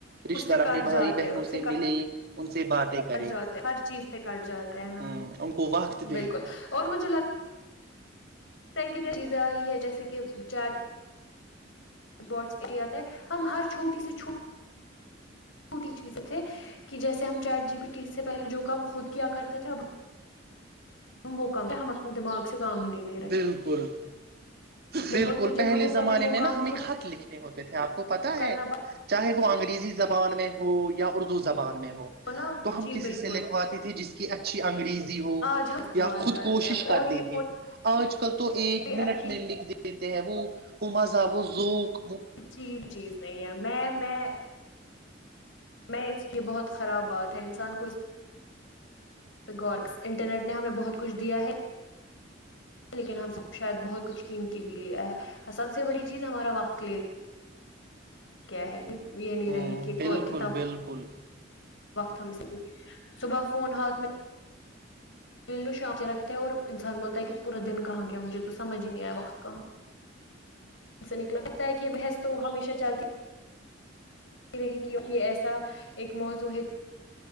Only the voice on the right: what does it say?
رشتے
دار اپنے
بھائی
بہنوں
سے ملے ان سے باتیں کریں
ہ ان کو وقت دے
بالکل بالکل
پہلے
زمانے
میں
نا ہم
ایک خط لکھ نہیںت تھے آپ کو پتا ہے
چاہے وہ انگریزی سے زبان میں ہو یا اردو زبان میں ہو
تو ہم
کسی
سے لکھواتے تھے جس کی اچھا اچی انگریز ہو
یا خود
کوشش
کرتے
تھے آج کل تو ایک
منٹ
میں لکھ دیتے ہیں وہ اما زاو فزوق
ہ
بالکل
بالکل